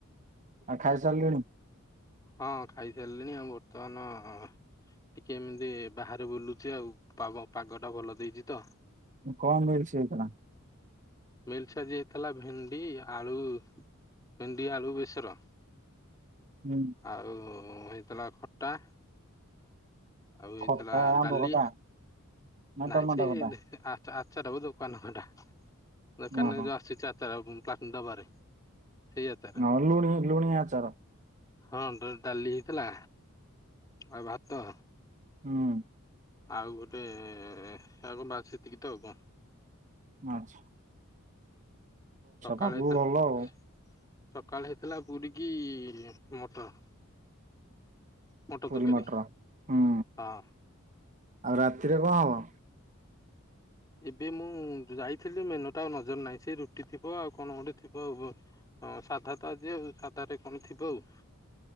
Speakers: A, on the right; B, on the left.
A: ଆଉ ଖାଇସାରିଲେଣି?
B: ହଁ, ଖାଇସାରିଲିଣି। ଆଉ ବର୍ତ୍ତମାନ-ଅ ଟିକେ ଏମିତି ବାହାରେ ବୁଲୁଚି ଆଉ, ପାଗଟା ଭଲ ଦେଇଛି ତ?
A: କଣ ମିଲସ୍ ହେଇଥିଲା?
B: ମିଲସ୍ ଆଜି ହେଇଥିଲା ଭେଣ୍ଡି ଆଳୁ, ଭେଣ୍ଡି ଆଳୁ ବେସର।
A: ହୁଁ।
B: ଆଉ-ଉଁ ହେଇଥିଲା ଖଟା। ଆଉ ହେଇଥିଲା
A: ଖଟା ଆମ୍ବ
B: ଡାଲି,
A: ଖଟା ନା
B: ନାଇଁ
A: ଟମାଟୋ
B: ସିଏ,
A: ଖଟା
B: ଆଃ ଆଚାରକୁ ଦୋକାନ ଫାଣ୍ଟା, ଦୋକାନରେ
A: ଓହୋ
B: ଯୋଉ ଆସିଛି, ଆଚାର ପାନ୍ ଡବାରେ। ସେଇ ଆଚାର
A: ହଁ, ଲୁଣି, ଲୁଣି ଆଚାର।
B: ହଁ, ଡ-ଡାଲି ହେଇଥିଲା, ଆଉ ଭାତ।
A: ହୁଁ।
B: ଆଉ ଗୋଟେ-ଏ, ଆଉ କଣ? ବାସ୍ ସେତିକି ତ ଆଉ କଁ?
A: ଆଁଛ୍।
B: ସକାଳୁ
A: ପାଗକୁ
B: ହେଇଥିଲା,
A: ଭଲ ଆଉ
B: ସକାଳ ହେଇଥିଲା ପୁରୀ କିି-ଇ ମଟର। ମଟର
A: ପୁରୀ
B: ତରକାରୀ
A: ମଟର। ହୁଁ,
B: ହଁ।
A: ଆଉ ରାତିରେ କଁ ହବ?
B: ଏବେ ମୁଁ ଯାଇଥିଲି ମେନୁ ଟା, ଆଉ ନଜର ନାହିଁ। ସେ ରୁଟି ଥିବ ଆଉ, କଣ ଗୋଟେ ଥିବ ଆଉ ବ? ହଁ, ସାଧା ତ ଆଜି ଆଉ। ସାଧ ରେ କଣ ଥିବ ଆଉ?